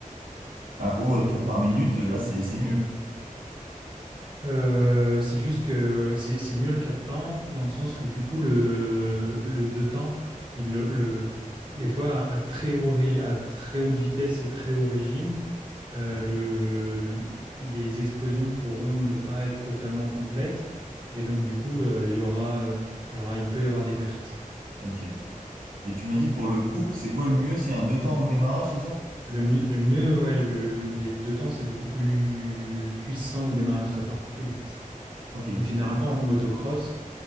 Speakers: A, on the right; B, on the right.
A: à haut euh, tour par minute, euh, là c'est c'est mieux.
B: Euh, c'est juste que euh, c'est c'est mieux le 4 temps dans le sens où du coup le, le 2 temps, il, le, le- des fois à très haut, ré- à très haute vitesse et très haut régime, euh,
A: Mhm.
B: le, les explosions pourront ne pas être totalement complètes et donc du coup euh, il y aura, euh, il y aura, il peut y avoir des pertes.
A: Ok. Et tu m'as dit pour le couple, c'est quoi le mieux? C'est un deux temps au démarrage, c'est ça?
B: Le mieux, le mieux ouais, le- le- les deux temps c'est beaucoup plus puissant au démarrage, ça part plus vite.
A: Ok.
B: Donc généralement en motocross